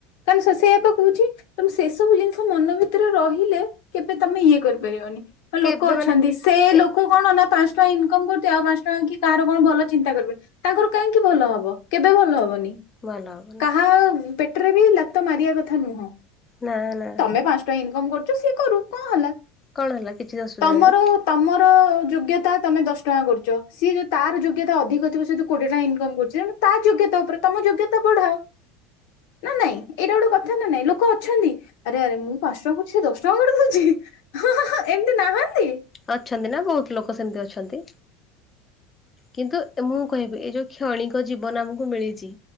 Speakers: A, on the left (about 75°); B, on the left (about 25°).
A: କାରଣ ସ ସେୟା ତ କହୁଛି ତମ ସେସବୁ ଜିନିଷ ମନ ଭିତରେ ରହିଲେ କେବେ ତମେ ଇଏ କରିପାରିବନି।
B: କେବେ
A: ଲୋକ ଅଛନ୍ତି
B: ମାନେ
A: ସେ
B: ଏ
A: ଲୋକ କଣ ନା ପାଞ୍ଚ ଟଙ୍କା ଇନକମ କରୁ ଛି ଆଉ ପାଞ୍ଚ ଟଙ୍କା କି କାହାର କଣ ଭଲ ଚିନ୍ତା କରିବେନି ତାଙ୍କର କାହିଁକି ଭଲ ହବ କେବେ ଭଲ ହବନି।
B: ଭଲ ହବନି
A: କାହା ପେଟରେ ବି ଲାତ ମାରିବା କଥା ନୁହଁ।
B: ନା ନା
A: ତମେ ପାଞ୍ଚ ଟଙ୍କା ଇନକମ କରୁଛ ସିଏ କରୁ କଣ ହେଲା?
B: କଣ ହେଲା କିଛି ଅସୁବିଧା
A: ତମର
B: ନାହିଁ।
A: ତମର ଯୋଗ୍ୟତା ତମେ ଦଶ ଟଙ୍କା କରୁଛ ସିଏ ଯଡି ତାର ଯୋଗ୍ୟତା ଅଧିକ ଥିବ ସେୁ କୋଟି ଟଙ୍କ ଇନକମ୍ କରୁଛି ତଣୁ ତା ଯୋଗ୍ୟତା ଉପରେ ତମ ଯୋଗ୍ୟତା ବଢାଅ। ନା ନାଇଁ ଏଇଟା ଗୋଟେ କଥା ନା ନାଇଁ ଲୋକ ଅଛନ୍ତି। ଆରେ ଆରେ ମୁଁ ପାଞ୍ଚ ଟଙ୍କା କରୁଛି ଦଶ ଟଙ୍କା କରିଦଉଛି। ହ ହ ଏମତି ନାହାନ୍ତି?
B: ଅଛନ୍ତି ନା ବହୁତ ଲୋକ ସେମିତି ଅଛନ୍ତି। କିନ୍ତୁ ମୁଁ କହିବି ଏଇ ଯୋଉ କ୍ଷଣିକ ଜୀବନ ଆମକୁ ମିଳିଛି